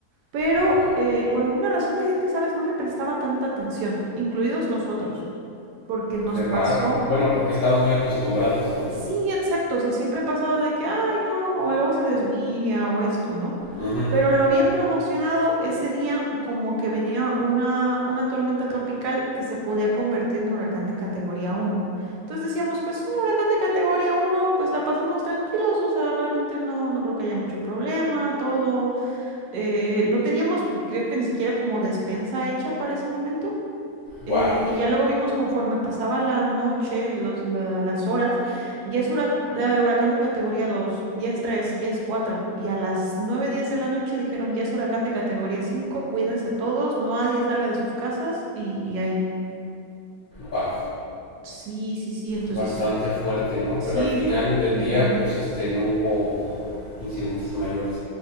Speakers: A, on the right; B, on the left.
A: Pero
B: Wow.
A: eh, por alguna razón la gente, ¿sabes? No le prestaba tanta atención, incluidos nosotros, porque nos
B: Qué raro.
A: pasó,
B: Bueno, porque estaban muy acostumbrados, ¿no?
A: sí, exacto, o sea, siempre pasaba de que, ay, no, o luego se desvía o esto, ¿no?
B: Ujú,
A: Pero
B: ujú.
A: lo habían promocionado ese día como que venía una, una tormenta tropical que se podía convertir en huracán de categoría uno Entonces decíamos, pues un huracán de categoría uno pues la pasamos tranquilos, o sea, realmente no, no creo que haya mucho problema, todo eh, no teníamos, creo que ni siquiera como despensa hecha para ese momento. eh,
B: Wow.
A: y ya luego vimos conforme pasaba la noche, los, la- las horas, ya es hura- eh, huracán de categoría dos ya es tres ya es cuatro Y a las 9 10 de la noche dijeron, ya es huracán de categoría cinco cuídense todos, no nadie salga de sus casas y, y ahí.
B: Wow.
A: Sí, sí, sí, entonces
B: Bastante
A: sí,
B: fuerte, ¿no?
A: sí.
B: Pero al final
A: fu-
B: del
A: ujú.
B: día, pues este, no hubo incidentes mayores.